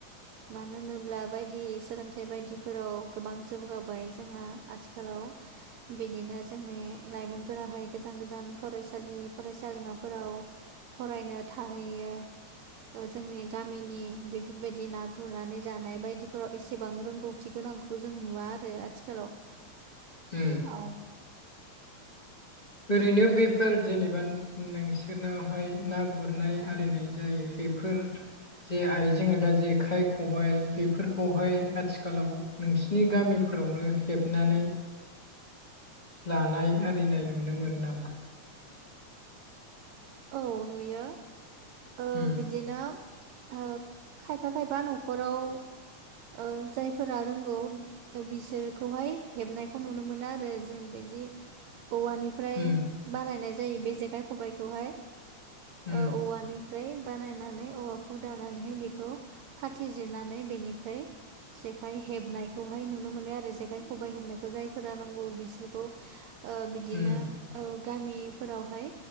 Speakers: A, on the right (about 70°); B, on the left (about 20°).
A: मानो होनोब्ला बायदि सोलोंथाइ बायदिफोराव गोबां जौगाबाय जोंना आथिखालाव, बिदिनो जोंनि लाइमोनफोराहाय गोजान गोजान फरायसालि फरायसालिमाफोराव फरायनो थाहैयो ओ जोंनि गामिनि बे बेफोरबायदि ना गुरनानै जानाय बायदिफोराव एसेबां रोंगौथि गोनांखौ जों नुवा आरो, आथिखालाव
B: उ।
A: औ।
B: ओरैनो बेफोर जेनेबा नोंसोरनावहाय ना गुरनाय आरिनाय जायो बेफोर जे आइजें आइला जेखाइ खबाय बेफोरखौहाय आथिखालाव नोंसिनि गामिफोरावनो हेबनानै लानाय आरिनाय नु नों मोनो नामा?
A: औ नुयो ओ
B: ओम
A: बिदिनो ओ खायफा खायफा न'खराव ओ जायफोरा रोंगौ ओ बिसोरखौहाय हेबनायखौ नुनो मोनो आरो जों बिदि औवानि फ्राय
B: ओम
A: बानायनाय जायो बे जेखाइ खबायखौहाय ओ
B: ओम
A: औवानि ओमफ्राय बानायनानै औवाखौ दानानैहाय बेखौ खाथि जिरनानै बेनिफ्राय जेखाइ हेबनायखौहाय नुनो मोनो आरो जेखाइ खबाइ हेबनायखौ जायफोरा रोंगौ बिसोरखौ। ओ बिदिनो
B: ओम
A: ओ गामिफोरावहाय